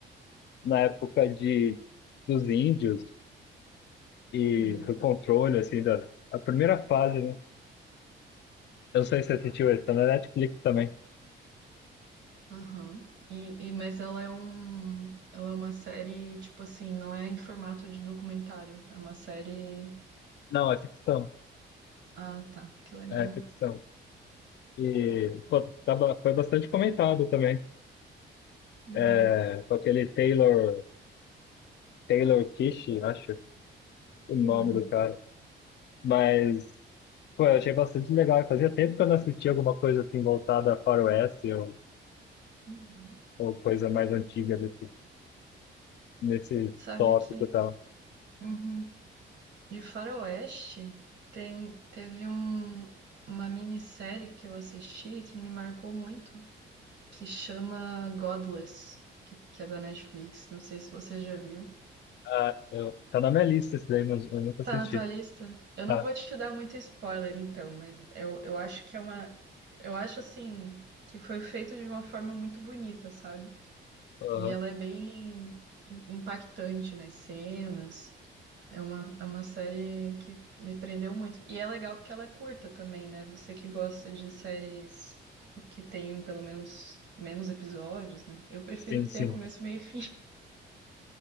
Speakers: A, on the left (about 60°); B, on the right (about 60°).
A: na época de, dos índios e
B: Uhum.
A: do controle, assim, da a primeira fase, né? Eu não sei se você assistiu
B: Aham.
A: ele, tá na Netflix também.
B: Aham. E, e, mas ela é um, ela é uma série, tipo assim, não é em formato de documentário. É uma série.
A: Não, é ficção,
B: Ah, tá, que legal.
A: é ficção. E pô, tava- foi bastante comentado também,
B: Uhum.
A: é, com aquele Taylor, Taylor Kish, acho o nome
B: Uhum.
A: do cara. Mas, pô, eu achei bastante legal. Fazia tempo que eu não assistia alguma coisa assim voltada a faroeste ou,
B: Uhum.
A: ou coisa mais antiga desse nesse
B: Sabe
A: tópico
B: que.
A: e tal.
B: Uhum. De Faroeste, tem, teve um, uma minissérie que eu assisti que me marcou muito, que chama Godless, que, que é da Netflix. Não sei se você já viu.
A: Ah, eu, tá na minha lista esse daí, mas eu nunca assisti.
B: Tá na tua lista? Eu
A: Tá.
B: não vou te dar muito spoiler, então, mas eu, eu acho que é uma. Eu acho assim que foi feito de uma forma muito bonita, sabe?
A: Aham.
B: E ela é bem im- impactante nas cenas. É uma, é uma série que me prendeu muito. E é legal porque ela é curta também, né? Você que gosta de séries que tem pelo menos menos episódios, né? Eu prefiro
A: Sim,
B: que
A: sim.
B: tenha começo, meio e fim. <laughs>